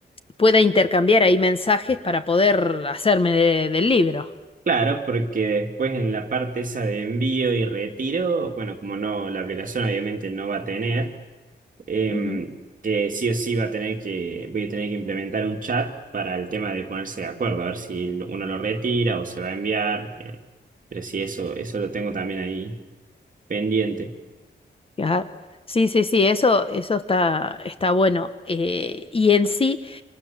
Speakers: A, on the left; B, on the right.
A: pueda intercambiar ahí mensajes para poder hacerme de- del libro.
B: Claro, porque después en la parte esa de envío y retiro, bueno, como no, la aplicación obviamente no va a tener, em,
A: Ujú.
B: que sí o sí va a tener que, voy a tener que implementar un chat para el tema de ponerse de acuerdo, a ver si uno lo retira o se va a enviar, eh, pero sí, eso, eso lo tengo también ahí pendiente.
A: Claro. Sí, sí, sí, eso, eso está, está bueno. Eh, y en sí,